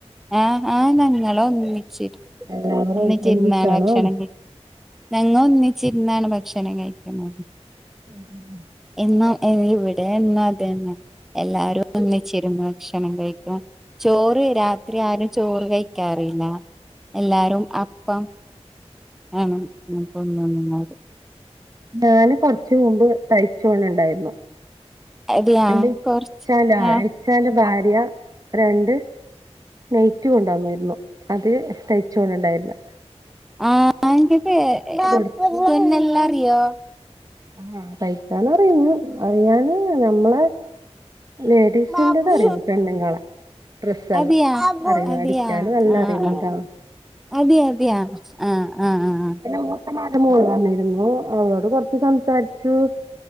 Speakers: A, in the centre; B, on the right.
A: ആഹ് ആഹ് ഞങ്ങളൊന്നിച്ചി
B: എല്ലാവരും
A: ഒന്നിച്ചി
B: ഒരുമിച്ചാണോ
A: ഇരുന്നാണ് ഭക്ഷണം
B: ഉം
A: കഴി ഞങ്ങൾ ഒന്നിച്ചിരുന്നാണ് ഭക്ഷണം കഴി <unintelligible>
B: ഉം ഉം ഉം
A: <unintelligible> ിച്ചിരുന്ന ഭക്ഷണം കഴിക്ക ചോറ് രാത്രി ആരും ചോറ് കഴിക്കാറില്ല. എല്ലാരും അപ്പം ആണ് ന തോന്നുന്നത്.
B: ഞാന് കൊറച്ച മുമ്പ് തയ്ച്ചോണ് ഉണ്ടായിരുന്നു.
A: അതെയാ
B: എന്റെ ഇച്ച
A: കൊറച്ച്
B: ൻ
A: ആഹ്
B: എച്ചാന്റെ ഭാര്യ രണ്ട് നയിറ്റി കൊണ്ട് വന്നിരുന്നു അത് തയ്ച്ചോണ്ടിണ്ടായിരുന്നു.
A: <unintelligible>
B: കൊടുത്തു
A: തുന്നൽ അറിയോ?
B: ആഹ് തയ്ക്കാനറിയുന്നു അറിയാന് ഞമ്മളെ. ലേഡീസിന്റെതറിയും
A: ബാബു
B: പെണ്ണ്ങ്ങളെ. ഡ്രസ്സ് എല്ലം
A: അതെയാ
B: അറിയുന്നു
A: അതെയാ
B: അടിക്കാന് നല്ല
A: ആ
B: അറിയുന്നുണ്ടാണ്.
A: ആ അതെ അതെയ ആഹ് ആഹ്
B: പിന്നെ മൂത്തമാന്റെ മോള് പറഞ്ഞിരുന്നു അവളോട് കൊറച്ച് സംസാരിച്ചു